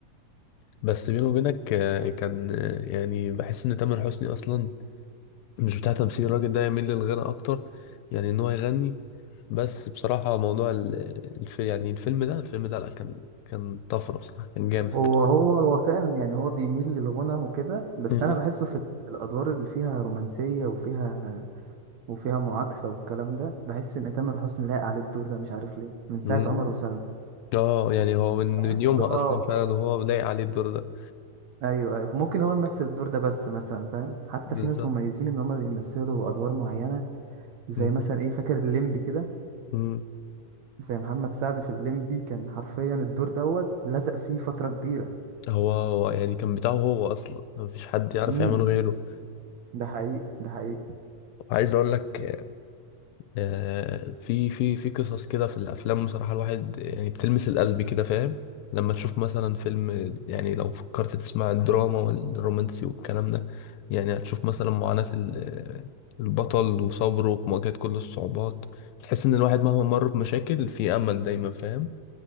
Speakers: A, on the left; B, on the right.
A: بس بيني وبينك آه، كان آه، يعني بحس ان تامر حسني اصلا مش بتاع تمثيل الراجل ده يميل للغنى اكتر يعني ان هو يغني بس بصراحه موضوع ال- الف يعني الفيلم ده الفيلم ده لا كان كان طفره بصراحه كان جامد
B: هو هو هو فعلا يعني هو بيميل للغنى وكده بس
A: مم.
B: انا بحسه في الادوار اللي فيها رومانسيه وفيها وفيها معاكسه والكلام ده بحس ان تامر حسني لايق على الدور ده مش عارف ليه من ساعه
A: مم.
B: عمر وسلمى
A: اه يعني هو من من
B: بحسه
A: يومها
B: اه
A: اصلا فعلا هو لايق عليه الدور ده
B: ايوه ايوه ممكن هو يمثل الدور ده بس مثلا فاهم حتى
A: بالظبط
B: في ناس مميزين ان هم بيمثلوا ادوار معينه زي
A: مم.
B: مثلا ايه فاكر الليمبي كده
A: مم.
B: زي محمد سعد في الليمبي كان حرفيا الدور دوت لزق فيه فتره كبيره
A: هو هو يعني كان بتاعه هو اصلا مفيش حد يعرف
B: امم
A: يعمله غيره
B: ده حقيقي ده حقيقي
A: وعايز اقول لك آه، في في في قصص كده في الافلام بصراحه الواحد يعني بتلمس القلب كده فاهم لما تشوف مثلا فيلم يعني لو فكرت تسمع الدراما والرومانسي والكلام ده يعني هتشوف مثلا معاناة ال- البطل وصبره في مواجهة كل الصعوبات تحس ان الواحد مهما مر بمشاكل في امل دايما فاهم